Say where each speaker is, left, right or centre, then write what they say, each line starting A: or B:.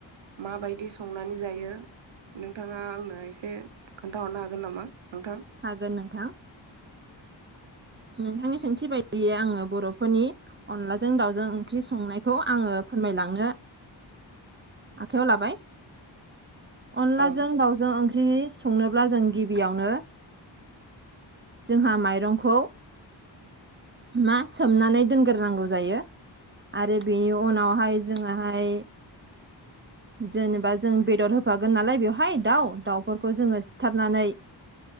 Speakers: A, on the right (about 80°); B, on the right (about 25°).
A: माबायदि संनानै जायो नोंथाङा आंनो एसे खोन्थाहरनो हागोन नामा नोंथां?
B: हागोन नोंथां। नोंथांनि सोंथि बायदियै आङो बर'फोरनि अनलाजों दाउजों ओंख्रि संनायखौ आङो फोरमायलांनो आखाइयाव लाबाय। अनलाजों
A: औ
B: दाउजों ओंख्रि संनोब्ला जों गिबियावनो जोंहा माइरंखौ मा सोमनानै दोनग्रोनांगौ जायो। आरो बेनि उनावहाय जोङोहाय
A: <unintelligible>
B: जेनेबा जों बेदर होफागोन नालाय बेवहाय दाउ, दाउफोरखौ जोङो सिथारनानै